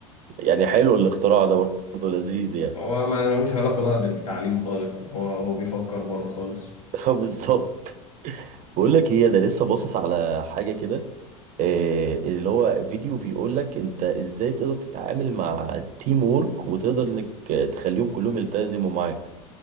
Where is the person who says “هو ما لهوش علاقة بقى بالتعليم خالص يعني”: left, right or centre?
Left